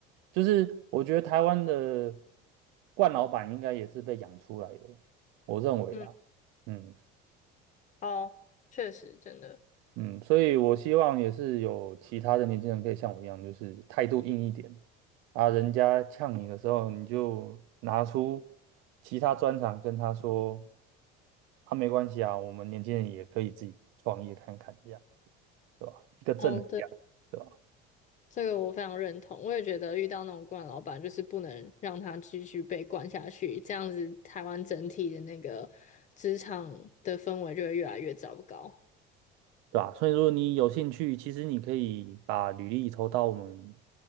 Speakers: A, on the right (about 75°); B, on the left (about 35°).
A: 就是我觉得台湾的冠老板应该也是被养出来的，我认为啦，
B: 嗯，
A: 嗯
B: 哦，确实，真的，
A: 嗯，所以我希望也是有其他的年轻人可以像我一样，就是态度硬一点啊，人家呛你的时候，你就拿出其他专长跟他说，啊，没关系啊，我们年轻人也可以自己创业看看，这样对吧？一个正能量。
B: 哦，对，
A: 对吧？
B: 这个我非常认同。我也觉得遇到那种惯老板，就是不能让他继续被惯下去，这样子台湾整体的那个职场的氛围就会越来越糟糕。
A: 对吧？所以如果你有兴趣，其实你可以把履历投到我们